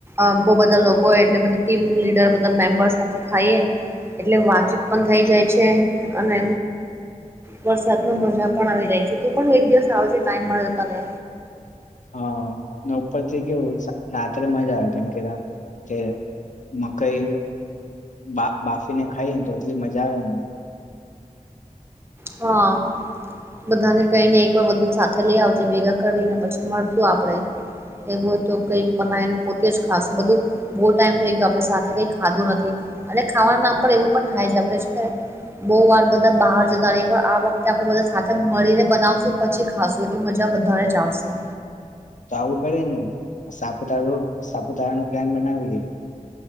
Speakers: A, on the right; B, on the left.
A: અ બહુ બધા લોકો એટલે બઘી ટીમ લીડર બધા મેમ્બર સાથે ખાઈએ એટલે વાતચીત પણ થઈ જાય છે અને પ્લસ આપણે મજા પણ આવી જાય છે તો પણ હું એક દિવસ આવજે ટાઈમ મળે તને
B: હા ને ઉપરથી કેવું સા રાત્રે મજા આવે કેમ કે તા કે મકઈ બા બાફી ને ખાઈ ને તો એટલી મજા આવે ને.
A: હા. બધાને કહીને એકવાર બધાને સાથે લઈ આવજે ભેગા કરીને પછી મળશું આપડે. એવું હોય તો કઈ બનાવીને પોતે જ ખાશ બધું બહુ ટાઈમ થઈ ગયો આપણે સાથે કઈ ખાધું નથી અને ખાવાના નામ પણ એવું પણ થાય છે આપણે શું ને બહુ વાર બધા બહાર આ વખતે આપડ બધા સાથે મળીને બનાવશું પછી ખાશું એટલી મજા વધારે જ આવશે.
B: તો આવું કરે ને સાપુતારો સાપુતારા નો પ્લાન બનાવી